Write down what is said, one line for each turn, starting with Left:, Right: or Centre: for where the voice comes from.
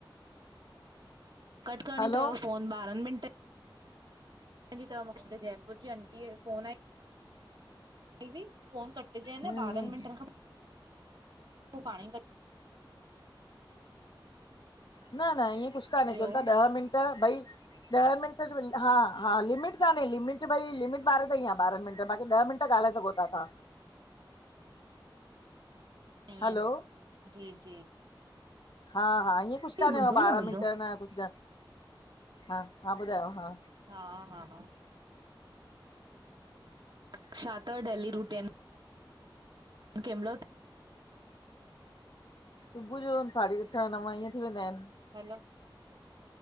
Right: कट करणी
Left: हलो
Right: तव फोन, ॿारहनि मिनंट जी तव मूंखे जयपुर जी आंटीअ जी फोन आई, दीदी फोन कट चेन
Left: हम्म
Right: न ॿारहनि
Left: हम्म
Right: मिंटनि खां पो पाणई कट
Left: न न ईअं कुझु
Right: कट
Left: कान्हे
Right: ॿियो
Left: चवनि ता ॾह मिंट भई ॾह मिनंट में हा हा लिमिट कान्हे, लिमिट भई लिमिट ॿारहें ताईं आ, ॿारह मिंट बाक़ी ॾह मिंट ॻालाए सघो ता त्वां।
Right: ईयंं
Left: हलो
Right: जी जी
Left: हा हा ईअं कुझु कान्हेव
Right: ॿुधो न
Left: ॿारहं
Right: ॿुधो
Left: मिंट न कुझु हा हा ॿुधायो हा।
Right: हा हा हा अच्छा तव डेली रूट कहिंमल उथ
Left: सुबुह जो साढी अठ नव ईअं थी वेंदा आहिनि।
Right: हलो।